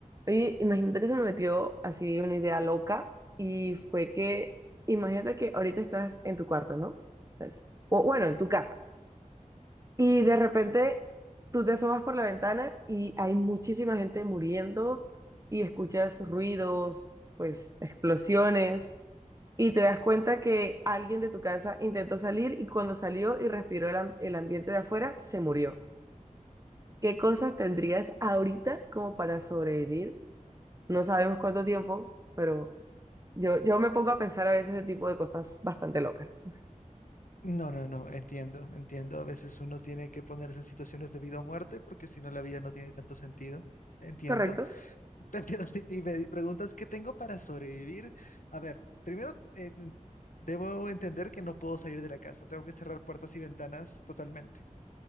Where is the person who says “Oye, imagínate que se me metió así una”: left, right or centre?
Right